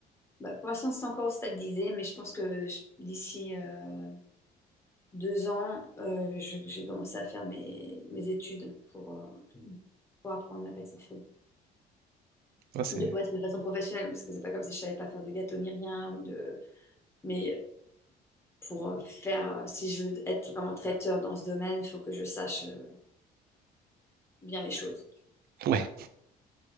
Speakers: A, on the left; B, on the right.
A: Bah, pour l'instant, c'est encore au stade d'idée, mais je pense que je- d'ici euh, deux ans, euh, je, je vais commencer à faire mes, mes études pour, euh, pour apprendre la pâtisserie.
B: ouais, c'est...
A: De, pouvoir faire de façon professionnelle, parce que c'est pas comme si je savais pas faire de gâteau ni rien, ou de... mais pour euh, faire, euh, si je veux être vraiment traiteur dans ce domaine, il faut que je sache euh, bien les choses.
B: Ouais.